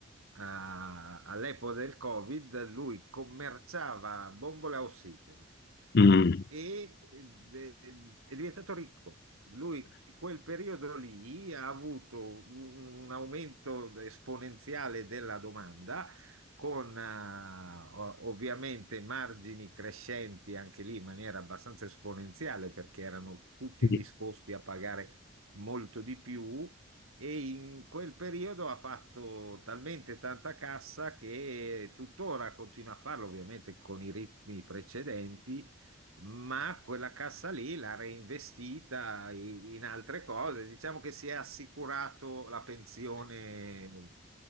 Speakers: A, on the right (about 85°); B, on the left (about 50°).
A: a- all'epoca del Covid, lui commerciava bombole a ossigeno
B: mm,
A: e eh, è diventato ricco. Lui, in quel periodo lì, ha avuto un un aumento esponenziale della domanda, con eh, o- ovviamente margini crescenti anche lì in maniera abbastanza esponenziale, perché erano tutti
B: mm,
A: disposti
B: mm,
A: a pagare molto di più. E in quel periodo ha fatto talmente tanta cassa che tuttora continua a farlo, ovviamente con i ritmi precedenti, ma quella cassa lì l'ha reinvestita i- in altre cose. Diciamo che si è assicurato la pensione,